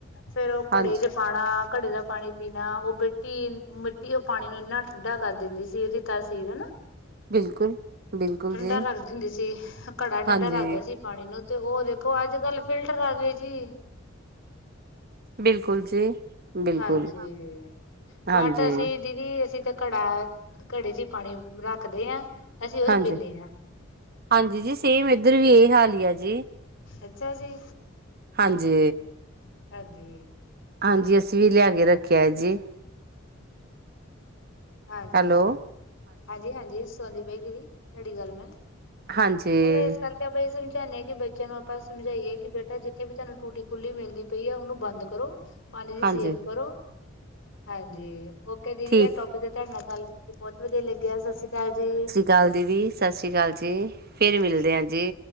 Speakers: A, on the left; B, on the right.
A: ਫੇਰ ਉਹ
B: ਹਾਂਜੀ
A: ਘੜੇ ਜ ਪਾਣਾ, ਘੜੇ ਦਾ ਪਾਣੀ ਪੀਣਾ ਉਹ ਮਿੱਟੀ, ਮਿੱਟੀ ਉਹ ਪਾਣੀ ਨੂੰ ਇੰਨਾ ਠੰਢਾ ਕਰ ਦਿੰਦੀ ਸੀ ਇਹਦੀ ਤਾ ਸੀਰ ਹਨਾ
B: ਬਿਲਕੁਲ ਬਿਲਕੁਲ
A: ਠੰਡਾ
B: ਜੀ
A: ਰੱਖਦੀ ਹੁੰਦੀ ਸੀ। ਘੜਾ ਠੰਡਾ
B: ਹਾਂਜੀ
A: ਰੱਖਦਾ ਸੀ। ਪਾਣੀ ਨੂੰ ਤੇ ਉਹ ਦੇਖੋ ਅੱਜ ਕੱਲ ਫਿਲਟਰ ਆਗੇ ਜੀ।
B: ਬਿਲਕੁਲ ਜੀ। ਬਿਲਕੁਲ
A: ਹਾਂਜੀ,
B: ਹਾਂਜੀ
A: ਬਟ ਅਸੀਂ ਦੀ ਵੀ ਅਸੀਂ ਤਾਂ ਘੜਾ, ਘੜੇ ਚ ਹੀ ਪਾਣੀ ਰੱਖਦੇ ਆ ਅਸੀਂ ਉਹੀ
B: ਹਾਂਜੀ
A: ਪੀਂਦੇ ਆ।
B: ਹਾਂਜੀ ਜੀ ਸੇਮ ਇੱਧਰ ਵੀ ਇਹ ਹਾਲ ਹੀ ਆ ਜੀ।
A: ਅੱਛਾ ਜੀ।
B: ਹਾਂਜੀ।
A: ਹੇਜੀ।
B: ਹਾਂਜੀ, ਅਸੀਂ ਵੀ ਲਿਆ ਕੇ ਰੱਖਿਆ ਏ ਜੀ।
A: ਹਾਂਜੀ।
B: ਹੈਲੋ
A: ਹਾਂਜੀ- ਹਾਂਜੀ ਸੁਣਦੀ ਪਈ ਦੀਦੀ, ਤੁਹਾਡੀ ਗੱਲ ਮੈਂ,
B: ਹਾਂਜੀ
A: ਚਲੋ ਇਸ ਕਰਕੇ ਆਪਾਂ ਇਹ ਸਮਝਾਣੇ ਹਾਂ ਕਿ ਬੱਚਿਆਂ ਨੂੰ ਆਪਾਂ ਸਮਝਾਈਏ ਕਿ ਬੇਟਾ ਜਿੱ- ਥੇ ਵੀ ਤਹਾਨੂੰ ਟੂਟੀ ਖੁੱਲੀ ਮਿਲਦੀ ਪਈ ਆ ਉਹਨੂੰ ਬੰਦ ਕਰੋ, ਪਾਣੀ ਦੀ
B: ਹਾਂਜੀ
A: ਸੇਵ ਕਰੋ। ਹਾਂਜੀ, ਓਕੇ ਦੀਦੀ
B: ਠੀਕ
A: ਆ ਟੋਪਿਕ ਦੇ ਤੁਹਾਡੇ ਨਾਲ ਗੱਲ ਕਰਕੇ ਬਹੁਤ ਵਧੀਆ ਲੱਗਿਆ ਸਸਰੀ ਕਾਲ ਜੀ।
B: ਚੱਲ ਦੀਦੀ ਸਤਿ ਸ਼ਸੀ‌ ਕਾਲ ਜੀ, ਫੇਰ ਮਿਲਦੇ
A: ਸਤਿ ਸ਼੍ਰੀ
B: ਆ ਜੀ।